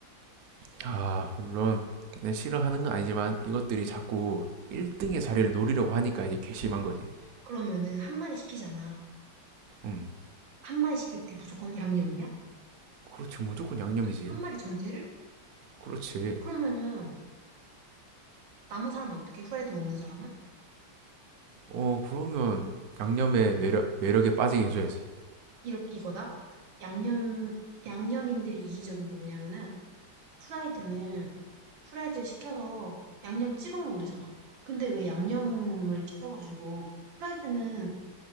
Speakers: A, on the right; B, on the right.
A: <laughs> 아 물론 내 싫어하는 건 아니지만 이것들이 자꾸 1등의 자리를 노리려고 하니까 이제 괘씸한 거지
B: 그러면은 한 마리 시키잖아.
A: 음
B: 한 마리 시킬 때 무조건 양념이야?
A: 그렇지 무조건 양념이지
B: 한 마리 전체를?
A: 그렇지.
B: 그러면은 남은 사람은 어떻게? 후라이드 먹는 사람은?
A: 어, 그러면 양념의 매력, 매력에 빠지게 해줘야지.
B: 이렇 이거다. 양념 양념인들이 이기적인 게 뭐냐면은 후라이드는 후라이드를 시켜서 양념을 찍어 먹으면 되잖아. 근데 왜 양념을 시켜가지고 후라이드는